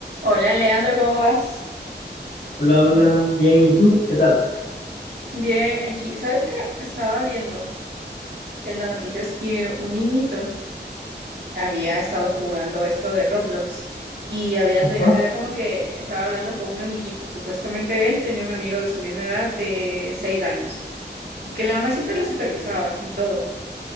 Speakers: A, on the right; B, on the left.
A: Hola Leandro, ¿cómo vas?
B: Hola, hola, bien, ¿y tú? ¿Qué tal?
A: Bien, aquí, ¿sabes qué? Estaba viendo en las noticias que un niñito había estado jugando esto de Roblox y habían
B: Ajá,
A: llegado, era como que estaba hablando con un amiguito, supuestamente él tenía un amigo de su misma edad de seis años y que la mamá siempre le supervisaba así todo,